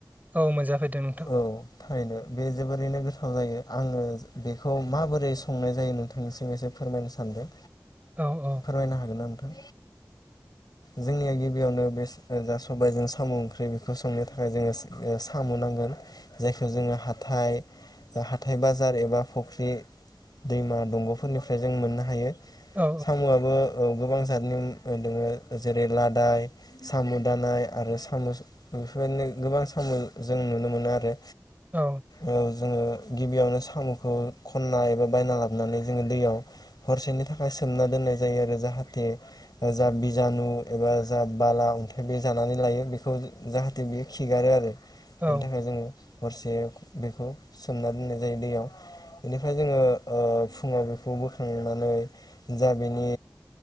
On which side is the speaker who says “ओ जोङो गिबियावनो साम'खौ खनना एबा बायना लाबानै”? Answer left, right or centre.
Left